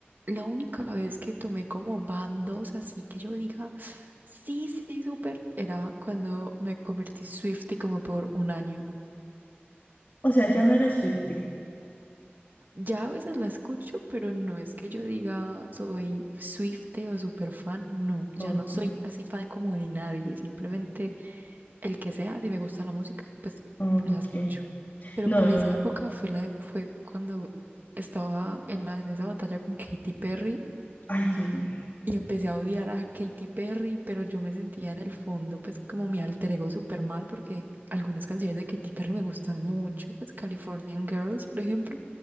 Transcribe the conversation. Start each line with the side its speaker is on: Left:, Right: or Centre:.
Right: la única vez que tomé como bandos, así que yo diga, sí, sí, súper, era cuando me convertí Swiftie como por un año.
Left: O sea, ya no eres 50.
Right: Ya a veces la escucho, pero no es que yo diga soy Swiftie o super fan, no, ya
Left: Ok,
Right: no soy así fan como de nadie, simplemente el que sea, si me gusta la música, pues
Left: ok.
Right: la escucho. Pero
Left: No,
Right: por
Left: no.
Right: esa época
Left: no.
Right: fue la, e- fue cuando estaba en la, en esa batalla con Katy Perry
Left: Ay, Dios mío.
Right: y empecé a odiar a Katy Perry, pero yo me sentía en el fondo pues como mi alter ego súper mal porque algunas canciones de Katy Perry me gustan mucho, pues Californian Girls, por ejemplo.